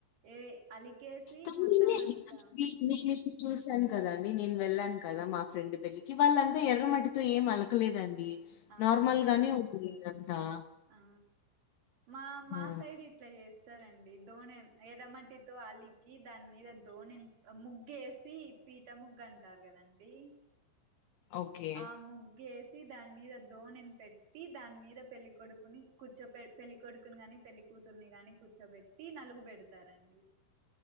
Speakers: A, on the right; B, on the left.
A: ఏ అలికేసి
B: <unintelligible>
A: మొత్తం అంతా
B: చూసాను కదండి నేను వెళ్ళాను కదా మా ఫ్రెండ్ పెళ్లికి వాళ్ళంతా ఎర్రమటితో ఏం అలకలేదండి.
A: అవునండి
B: నార్మల్ గానే ఉంది <unintelligible> ఆ
A: ఆ మా మా
B: ఆ!
A: సైడ్ ఇట్లా చేస్తారండి దోనే ఎర్ర మట్టితో అలీ కి దాని మీద దోనే ముగ్గు వేసి పీట ముగ్గు అంటారు కదండి
B: ఓకే.
A: ఆ ముగ్గు వేసి దానిమీద దోణిని పెట్టి దాని మీద పెళ్లి కొడుకుని కూర్చో పెళ్లి కొడుకుని గాని పెళ్లి కూతుర్ని గాని కూర్చోబెట్టి నలుగు పెడతారండి